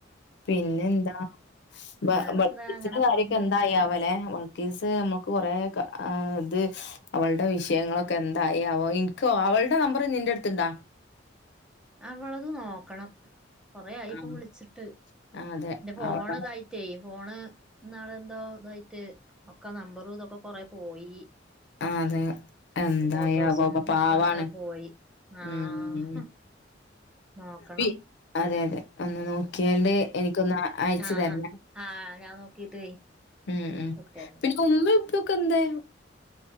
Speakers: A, on the left; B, in the centre.
A: പിന്നെ എന്താളിച്ച
B: വേറെന്താ അങ്ങനെ
A: കാര്യൊക്കെ
B: പോണ്ട്
A: എന്തായ ലെൾക്കേസ് നമുക്ക് കുറേ ഇത് അവളുടെ വിഷയങ്ങളൊക്കെ എന്തായാവോ എനിക്ക അവളുടെ നമ്പർ നിന്റെ അടുത്ത്ണ്ടാ
B: അവളത് നോക്കണം കൊറ ആയിപ്പോ
A: ആഹ്
B: വിളിച്ചിട്ട്
A: ആഹ് അതെ
B: എന്റെ ഫോണിത
A: അവള
B: ടെലിഫോണ് എന്നള എന്തോ ഇതായിട്ട് ഒക്കെ നമ്പറ ഇതൊക്കെ കൊറെ പോയി
A: ആഹ് അതെ എന്തായി
B: ഫോട്ടോസും
A: ആവോ പ- പാവാണ്
B: ഒക്കെ അങ്ങനെ പോയി
A: ഉം
B: ആഹ നോക്കണം
A: പി അതെ അതെ ഒന്ന് നോക്കിയണ്ട് എനിക്കൊന്ന് അയച്ചു
B: ആഹ്
A: തരണം
B: ആഹ് ആഹ് ഞാൻ നോക്കീട്ടേ
A: ഉം ഉം
B: വിട്ടരണ്ട്
A: പിന്നെ ഉമ്മ ഇപ്പൊക്കെ എന്താ